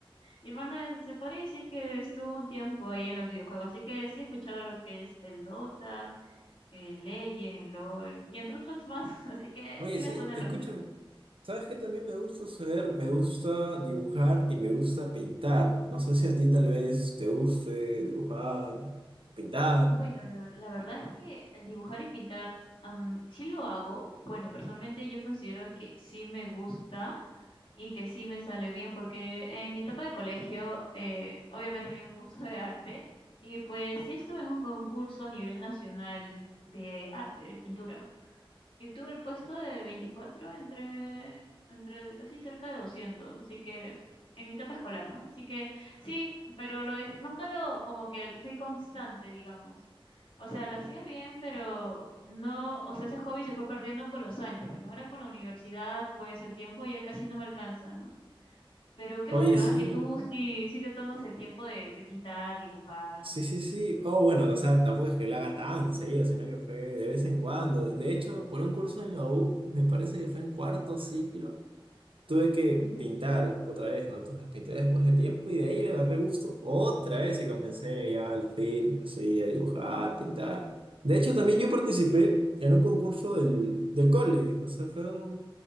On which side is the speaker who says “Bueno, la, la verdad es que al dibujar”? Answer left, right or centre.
Left